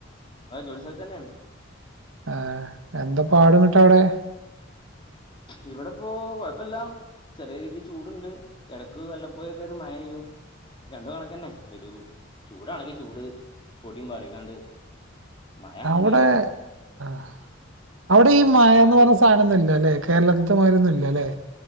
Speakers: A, on the left; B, on the right.
A: അതെ ജോലി സ്ഥലത്ത് തന്നെആണ്
B: ആഹ് എന്താ പാട് ഇങ്ങ്ട്ട് അവിടെ
A: ഇവിടെപ്പോ കൊഴപ്പില്ല ചെറിയ രീതിൽ ചൂടുണ്ട് ഇടക്ക് വല്ലപ്പോയൊക്കെ ഒരു മഴ പെയ്യും രണ്ടും കണക്ക് തന്നെ ഒരു ചൂടാണെങ്കി ചൂട് പൊടിയും പാറിക്കാണ്ട് മഴ ആണെങ്കിലോ
B: അവിടെ ആ അവിടെ
A: മഴ
B: ഈ
A: ആണെങ്കിൽ
B: മായന്ന്
A: ആകെ
B: പറഞ്ഞ
A: ചളി
B: സാധനം തന്നെ അല്ലെ കേരളത്തിത്തെ മാരിന്നും ഇല്ല ലെ